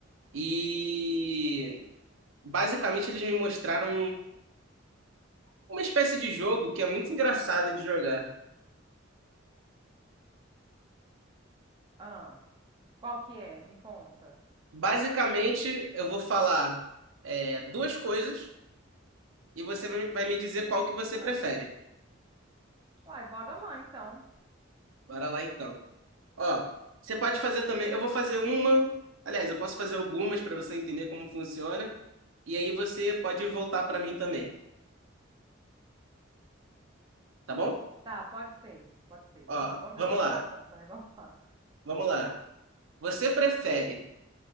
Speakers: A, on the right; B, on the right.
A: e basicamente eles me mostraram uma espécie de jogo que é muito engraçado de jogar.
B: Ah, qual que é? Me conta.
A: Basicamente, eu vou falar é, duas coisas e você vai vai me dizer qual que você
B: Ah,
A: prefere.
B: uai, bora lá então.
A: Bora lá então. Ó, você pode fazer também. Eu vou fazer uma. Aliás, eu posso fazer algumas para você entender como funciona. E aí você pode voltar para mim também, tá bom?
B: Tá, pode ser. Pode ser.
A: Ó,
B: Vamos lá, vamos
A: vamos
B: ver se eu
A: lá.
B: vou dar conta, né? <laughs> Vamos lá.
A: Vamos lá. Você prefere